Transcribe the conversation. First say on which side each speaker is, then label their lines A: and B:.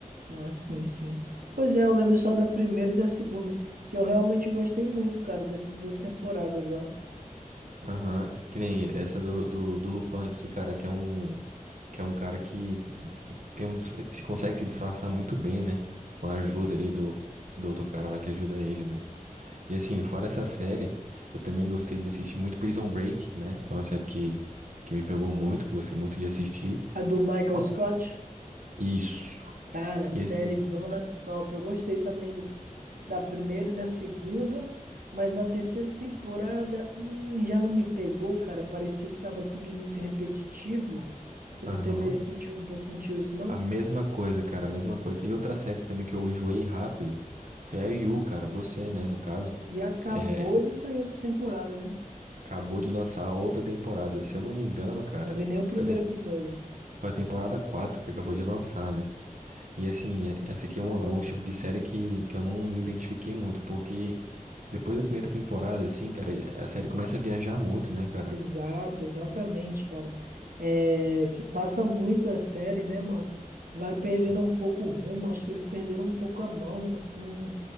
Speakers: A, on the right; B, on the right.
A: Ah, sim, sim. Pois é, eu lembro só da primeira e da segunda, que eu realmente gostei muito, cara, dessas duas temporadas, ó.
B: Aham. Que nem essa do, do, do Lupin aqui, cara, que é um, que é um cara que tem um, dis- se consegue se disfarçar muito bem, né?
A: Sim.
B: Com a ajuda ali do, do outro cara lá que ajuda ele, né? E assim, fora essa série, eu também gostei de assistir muito Prison Break, né? Foi uma série que, que me pegou muito, que eu gostei muito de assistir.
A: A do Michael
B: Ma-
A: Scott?
B: Isso.
A: Cara, sériezona
B: E assim,
A: top. Eu gostei também do, da primeira e da segunda, mas na terceira temporada, hum, já não me pegou, cara. Pareceu que tava tudo muito repetitivo. Tu não
B: aham.
A: teve, sentiu um pouco, sentiu isso, não?
B: A mesma coisa, cara, a mesma coisa. E outra série que também que eu enjoei rápido foi a Yu, cara, você, né, no caso.
A: E acabou
B: É,
A: de sair outra temporada, né?
B: acabou de lançar a outra temporada. Se eu não me engano, cara,
A: Eu não vi nem o primeiro
B: foi a, tem-
A: episódio.
B: foi a temporada 4 que acabou de lançar, né? E assim, é- essa aqui é um, é um estilo de série que, que eu não me identifiquei muito, porque depois da primeira temporada, assim, cara, a série começa a viajar muito, né, cara?
A: Exato, exatamente, cara. É, se passa muito a série, né, mano? Vai perdendo
B: Sim.
A: um pouco o rumo. Acho que eles perderam um pouco a mão, assim.